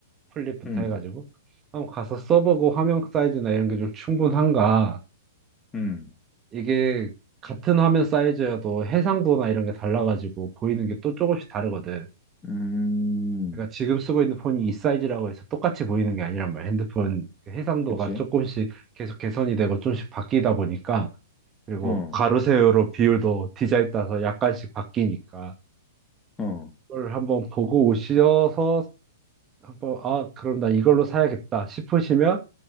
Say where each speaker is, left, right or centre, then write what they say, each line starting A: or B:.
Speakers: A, on the right (about 25°); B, on the left (about 15°).
A: 플립부터
B: 음,
A: 해가지고. 한번 가서 써보고 화면 사이즈나 이런 게 좀 충분한가
B: 음,
A: 이게 같은 화면 사이즈여도 해상도나 이런 게 달라가지고 보이는 게 또 조금씩 다르거든.
B: 음,
A: 그러니까 지금 쓰고 있는 폰이 이 사이즈라고 해서 똑같이 보이는 게 아니란 말이야. 핸드폰 그 해상도가
B: 그치.
A: 조금씩 계속 개선이 되고 조금씩 바뀌다 보니까 그리고
B: 어,
A: 가로 세로로 비율도 디자인 따서 약간씩 바뀌니까
B: 어,
A: 그걸 한번 보고 오셔서 한번 아 그럼 나 이걸로 사야겠다 싶으시면